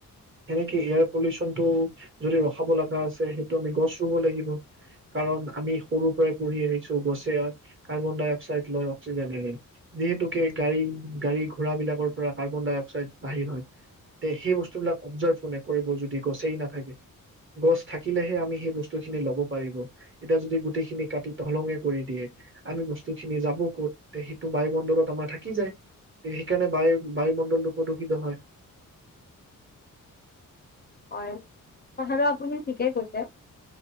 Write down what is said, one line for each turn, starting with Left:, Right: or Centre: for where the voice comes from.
Right: সেনেকে এয়াৰ পলিউচনটো যদি ৰখাব লগা আছে সেইটো আমি গছ ৰুব লাগিব, কাৰণ আমি সৰুৰ পৰাই পঢ়ি আহিছো গছে কাৰ্বন ডাই অক্সাইড লয় অক্সিজেন এৰে, যিহেতুকে গাড়ী গাড়ী ঘোঁৰা বিলাকৰ পৰা কাৰ্বন ডাই অক্সাইড বাহিৰ হয় সেই বস্তুবিলাক অবজাৰভ কোনে কৰিব যদি গছেই নাথাকে, গছ থাকিলেহে আমি সেই বস্তুখিনি ল'ব পাৰিব, এতিয়া যদি গোটেইখিনি কাটি তহিলং কৰি দিয়ে, আমি বস্তুখিনি যাব ক'ত সেইটো বায়ুমণ্ডলত আমাৰ থাকি যায়, সেইকাৰণে বায়ু বায়ুমণ্ডলটো প্ৰদূষিত হয়।‌
Left: হয় কথাটো আপুনি ঠিকেই কৈছে